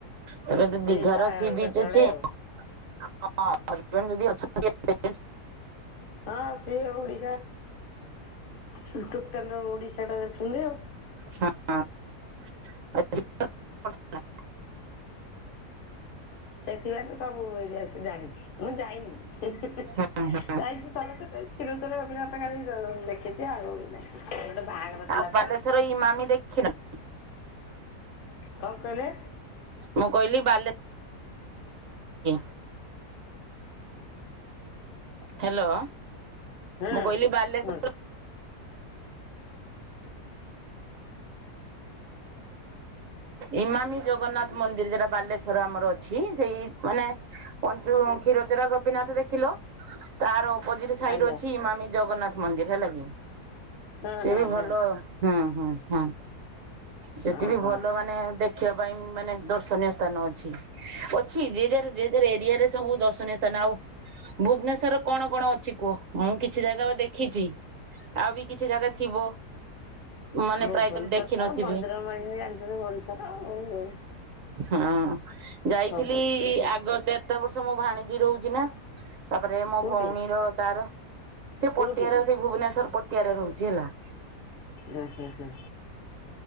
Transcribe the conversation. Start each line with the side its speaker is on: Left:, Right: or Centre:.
Right: ତା ତ ଦିଘାର
Left: ଯିବା
Right: ସି ବିଚ୍
Left: କେତେବେଳେ
Right: ଅଛି। ହଁ
Left: ଆଉ
Right: ହଜବେଣ୍ଟ ଯଦି ଅଛନ୍ତି
Left: ହଁ ସେ ଓଡିଶା ଟୋଟାଲ ଓଡିଶା ଟା ଦେ ହେଲି ଆଉ।
Right: ହଁ ଆ <unintelligible>
Left: ସେଥିପାଇଁ ତ ସବୁ ଏରିଆ ବିଷୟରେ ଜାଣିଛି ମୁଁ ଯାଇନି। ହି ହିଁ ହିଁ
Right: ଦେଖିନାହାନ୍ତି
Left: ଯାଇଛି ଥର ଟେ କ୍ଷୀରଚୋରା ଗୋପୀନାଥ ଖାଲି ଦେଖିଛି ଆଉ। ଗୋଟେ ବାହାଘର ଥିଲା
Right: ଆଉ ବାଲେଶ୍ଵର
Left: ତ।
Right: ଇମାମି ଦେଖିନାହାନ୍ତି
Left: କଣ କହିଲେ?
Right: ମୁଁ କହିଲି ଵାଲେ କି ହ୍ୟାଲୋ।
Left: ହଁ
Right: ମୁଁ କହିଲି ବାଲେଶ୍ଵର
Left: କୁହନ୍ତୁ।
Right: ଇମାମି ଜଗନ୍ନାଥ ମନ୍ଦିରି ଯଟା ବାଲେଶ୍ଵର ଆମର ଅଛି। ସେଇ ମାନେ ପଞ୍ଚୁ କ୍ଷୀରଚୋରା ଗୋପୀନାଥ ଦେଖିଲୁ ତାର ଅପୋଜିଟ ସାଇଡ୍
Left: ଆଜ୍ଞା
Right: ଅଛି ଇମାମାମି ଜଗନ୍ନାଥ ମନ୍ଦିର ହେଲା କି।
Left: ହଁ
Right: ସେ
Left: ହଁ
Right: ବି ଭଲ
Left: ହଁ
Right: ହୁଁ ହୁଁ ହୁଁ ସେଠି
Left: ଓହୋ
Right: ବି ଭଲ ମାନେ ଦେଖିବା ପାଇଁ ମାନେ ଦର୍ଶନୀୟ ସ୍ଥାନ ଅଛି। ଅଛି ଯେ ଯାର ଯେ ଯାର ଏରିଆ ରେ ସବୁ ଦଶ ସ୍ଥାନ ଆଉ ଭୁବନେଶ୍ଵର କଣ କଣ ଅଛି କୁହ ମୁଁ କିଛି ଜାଗା ବା ଦେଖିଛି। ଆଉ ବି କିଛି ଜାଗା ଥିବ। ମାନେ
Left: ଭୁବନେଶ୍ୱର
Right: ପ୍ରାୟତଃ ଦେଖିନଥିବେ
Left: ମନ୍ଦିର ମାଲିନି ଜାଣିଥିବେ ଭୋନଶ୍ୱର୍ ଆଉ
Right: ହଁ ଯାଇଥିଲି
Left: ଭୁବନେଶ୍ୱର
Right: ଆଗ ତେରଟା ବର୍ଷ ମୁଁ ଭାଣିଜିୀ ରହୁଛି ନା । ତାପରେ ମୋ
Left: କୋଉଠି
Right: ଭଉଣୀର ତାର ସେ
Left: କୋଉଠି
Right: ପଟିଆର ସେ ଭୁବନେଶ୍ଵର ପଟି ଟିଆରେ ରହୁଛି ହେଲା ।
Left: ଏ ହଁ ହଁ।